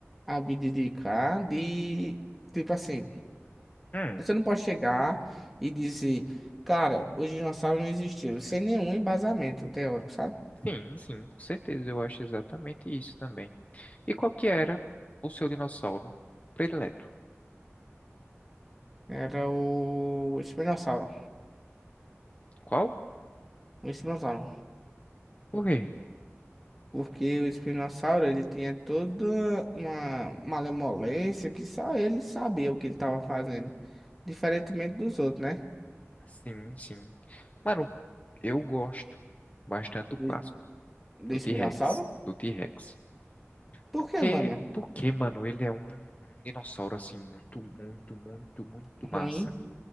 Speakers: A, in the centre; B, on the left.
A: Abdicar de. Tipo assim.
B: Hum.
A: Você não pode chegar e dizer, cara, os dinossauros não existiam, sem nenhum embasamento teórico, sabe?
B: Sim, sim, com certeza. Eu acho exatamente isso também. E qual que era o seu dinossauro predileto?
A: Era o espinossauro.
B: Qual?
A: O espinossauro.
B: Por quê?
A: Porque o espinossauro, ele tinha toda uma malemolência que só ele sabia o que ele estava fazendo. Diferentemente dos outros, né?
B: Sim, sim. Mano, eu gosto bastante do clássico,
A: Do, do
B: do
A: espinossauro.
B: T-Rex, do T-Rex.
A: Por
B: Porque,
A: que, mano?
B: porque, mano, ele é um, um dinossauro, assim, muito, muito, muito, muito
A: Ruim,
B: massa.